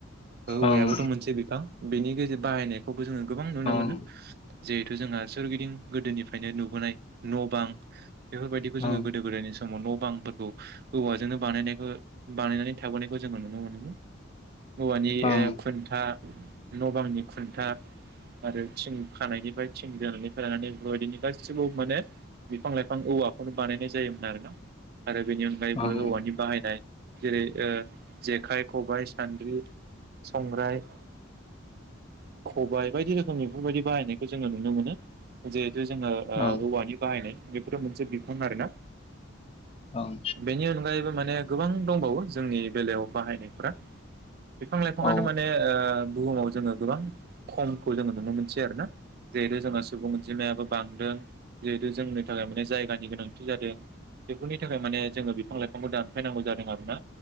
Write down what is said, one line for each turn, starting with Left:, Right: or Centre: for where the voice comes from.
Right: औवायाबोथ'
Left: ओं
Right: मोनसे बिफां बेनि गेजेर बाहायनाय खौबो जोङो गोबां नुनो
Left: ओं
Right: मोनो जिहेथु जोंहा सोरगिदिं गोदोनिफ्रायनो नुबोनाय न' बां बेफोरबायदिखौ
Left: ओं
Right: जोङो गोदो गोदायनि समाव न' बांफोर औ औवाजोंनो बानायनायखौ बानायनानै थाबोनायखौ जोङो नुनो मोनोमोन औवानि
Left: ओं
Right: खुन्था न' बांनि खुन्था आरो थिं खानायनिफ्राय थिं दोनायनिफ्राय लानानै बेफोरबायदिनो गासिबो माने बिफां लाइफां औवाखौनो बानायनाय जायोमोन आरोना आरो बेनि अनगायैबो
Left: ओं
Right: औवानि बाहायनाय जेरै ओ जेखाय, खबाय, सान्द्रि, संग्राय खबाय बायदि रोखोम बेफोरबायदि बाहायनायखौ जोङो नुनो मोनो। जिहेथु जोङो ओ
Left: ओं
Right: औवानि बाहायनाय बेफोरो मोनसे बिफां आरो ना।
Left: ओं
Right: बेनि अनगायैबो माने गोबां दंबावो। जोंनि बेलायाव बाहायनायफोरा बिफां लाइफाङानो
Left: औ
Right: माने ओ बुहुमाव जोङो गोबां खमखौ जोङो नुनो मोनसै आरो ना। जिहेतु जोंहा सुबुं अनजिमायाबो बांदों जिहेतु जोंनि थाखाय माने जायगानि गोनांथि जादों बेफोरनि थाखाय माने जोङो बिफां लाइफां फांखौ दानफैनांगौ जादों आरो ना